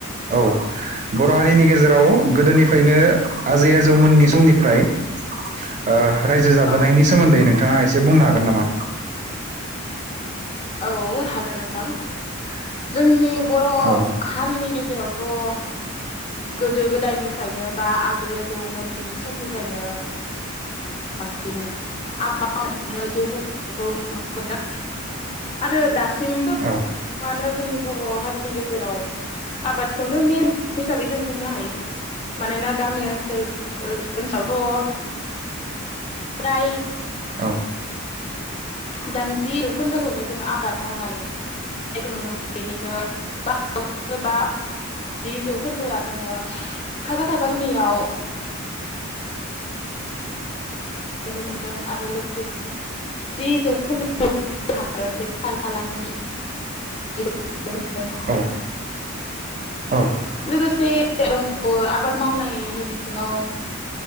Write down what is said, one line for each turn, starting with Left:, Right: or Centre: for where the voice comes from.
Right: औ बर' हारिनि गेजेराव गोदोनिफ्रायनो आजै आजौमोननि समनिफ्रा ओ रायजो जाबोनायनि
Left: औ
Right: सोमोन्दै नों नोंथाङा एसे बुंनो हागोन नामा?
Left: औ हागोन नोंथां। जोंनि बर'
Right: औ
Left: हारिनि गेजेर जेरावथ' गोदो गोदायनिफ्रायनो बा आजै आजौमोननि समनिफ्रायनो बांसिन आबाद मावनायनायखौ नुनो मोनदों आरो दासि सिमबो
Right: औ
Left: मानो जोंनि बर' हारिनि गेजेराव आबादखौनो मेन हिसाबै जों बुंनो हायो मानोना गामि ओनसोल ओ ओनसोलावथ' फ्राय
Right: औ।
Left: दानि जि जौखोन्दोखौनो जोङो आबाद मावनानैखौ नुनो मोनो बेनिनो ब जौन बा जि जौखोन्दोआ जोङो खायफा खायफा गामियाव नुनो मोनदों आरो लोगोसे जिजौ खोन्दो हागोन बे फार फालांगि नुनो मोनदों
Right: औ औ।
Left: लोगोसे दंबावो आबाद मावनाय नि बिथिङाव